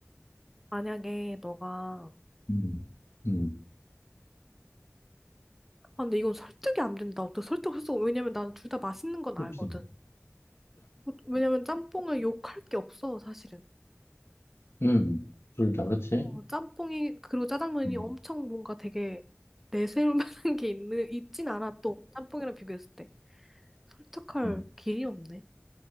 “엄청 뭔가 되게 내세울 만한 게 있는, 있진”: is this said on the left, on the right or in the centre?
Centre